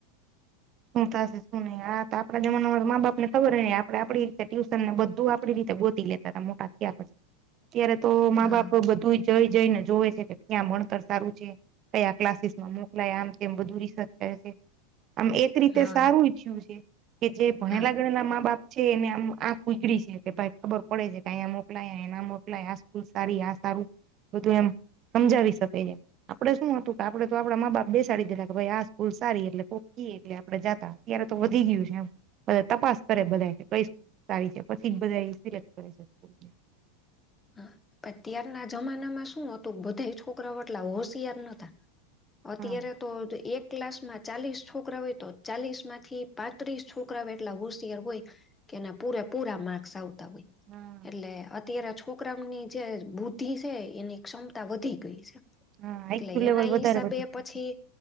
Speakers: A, on the right; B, on the left.
A: શું થશે શું નહિ આ તો આપડા જમાનામાં મા બાપ ને ખબર હ ને આપડે આપડી રીતે ટ્યુશન ને બધું આપડી રીતે ગોતી લેતા. મોટા થયા પછ અત્યારે તો મા
B: હા
A: બાપ બધુંજ જઈ જઈને જોવે છે કે ક્યાં ભણતર સારું છે? કયા ક્લાસીસમાં મોકલાય આમ તેમ બધું રિસર્ચ કરે છે આમ એક રીતે
B: હા
A: સારું ઈચ્છ્યું છે કે જે ભણેલા
B: હા
A: ગણના મા બાપ છે એને આમ આંખ ઉજળી છે કે ભાઈ ખબર પડે છે કે અહીયા મોકલાય ના મોકલાય આ સ્કૂલ સારી આ સારું. બધું એમ સમજાવી શકે એ આપડે શું હતું કે આપડણે તો આપડા મા બાપ બેસાડી દેલા કે ભાઈ આ સ્કૂલ સારી એટલે કોક કી એટલે આપડે જાતા ત્યારે તો વધી ગયું છે એમ બધા તપાસ કરે બધા કઈ સારી છે પછી જ બધા સિલેક્ટ કરે છે.
B: હ પણ ત્યારના જમાનામાં શું હતું બધા છોકરા એટલા હોશિયાર નતા અત્યારે
A: હા
B: તો એક ક્લાસ માં ચાલીસ છોકરા હોય તો ચાલીસ માંથી પાત્રીસ છોકરા હોય એટલા હોશિયાર હોય. એના પૂરે પૂરા માર્ક્સ આવતા હોય.
A: હા
B: એટલે અત્યારે છોકરાઓની જે બુદ્ધિ છે એની ક્ષમતા વધી ગઈ છે.
A: હા આઈક્યુ
B: એટલે
A: લેવલ
B: એના
A: વધારે
B: હિસાબે
A: વધી ગયું
B: પછી,
A: છે